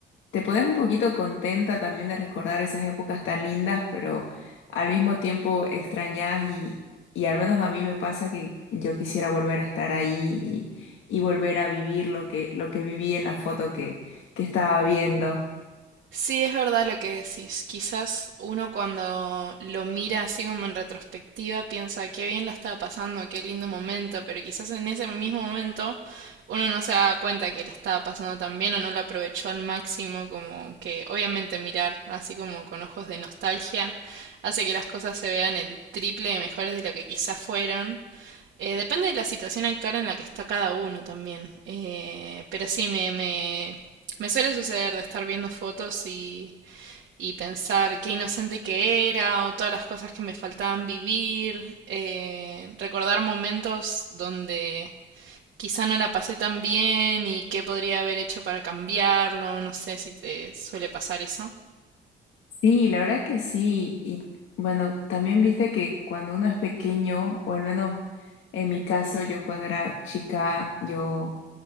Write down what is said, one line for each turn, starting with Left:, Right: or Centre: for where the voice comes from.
Left: Te pones un poquito contenta también de recordar esas épocas tan lindas, pero al mismo tiempo extrañas y, y al menos a mí me pasa que yo quisiera volver a estar ahí y, y volver a vivir lo que, lo que viví en la foto que, que estaba viendo.
Right: Sí, es verdad lo que decís. Quizás uno cuando lo mira así como en retrospectiva piensa qué bien la estaba pasando, qué lindo momento, pero quizás en ese mismo momento uno no se da cuenta que la estaba pasando tan bien o no lo aprovechó al máximo, como que obviamente mirar así como con ojos de nostalgia hace que las cosas se vean el triple de mejores de lo que quizás fueron. Eh, depende de la situación actual en la que está cada uno también. Eh, pero sí, me, me, me suele suceder de estar viendo fotos y, y pensar qué inocente que era o todas las cosas que me faltaban vivir. eh, recordar momentos donde quizá no la pasé tan bien y qué podría haber hecho para cambiarlo. No sé si te suele pasar eso.
Left: Sí, la verdad que sí. Y bueno, también viste que cuando uno es pequeño, o al menos en mi caso, yo cuando era chica, yo